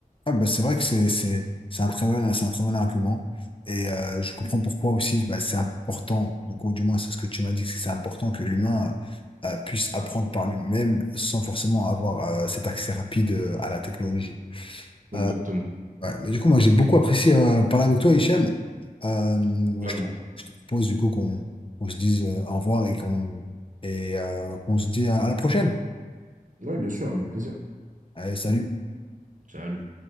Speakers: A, on the left (about 35°); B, on the right (about 60°).
A: Ah, bah, c'est vrai que c'est c'est- c'est un très bon, c'est un très bon argument. Et euh, je comprends pourquoi aussi, bah, c'est important. Du coup, du moins, c'est ce que tu m'as dit, que c'est important que l'humain euh, euh, puisse apprendre par lui-même sans forcément avoir euh, cet accès rapide euh, à la technologie.
B: Exactement.
A: Euh, Ouais, mais du coup, moi, j'ai beaucoup apprécié euh, parler avec toi, Hichem. Euh, moi,
B: Également.
A: je te, je te propose du coup qu'on qu'on se dise euh, au revoir et qu'on et euh, qu'on se dit à à la prochaine.
B: Oui, bien sûr, avec plaisir.
A: Allez, salut.
B: Salut.